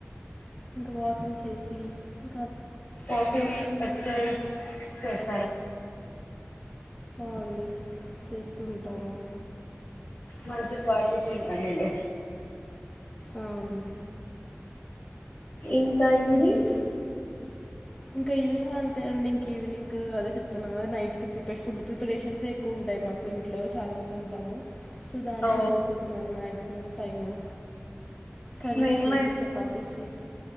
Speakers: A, on the left (about 20°); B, on the left (about 45°).
A: ఇంకా వాకింగ్ చేసి సి
B: ఒకే ఎక్సర్సైజ్ చేస్
A: అవుండి చేస్తుూ ఉంటాము
B: మనకి కాలిటీషనింటే
A: అవును
B: ఇంకా ఈవినింగ్
A: ఇంకేంటి అండి ఇంకా ఈవినింగ్ అంతే అండి ఇంక ఈవినింగ్ అదే చెప్తున్నా కదా నైట్కి ప్రిపేర్ ఫుడ్ ప్రిపరేషన్స్ ఏ ఎక్కువ ఉంటాయి మాకు ఇంట్లో చాలా మంది ఉంటాము సో దానికే
B: ఓ
A: సరిపోతుందండి మేక్స్ టైము కర్రీస్
B: మేమై
A: చేసి చపాతీస్ చేసి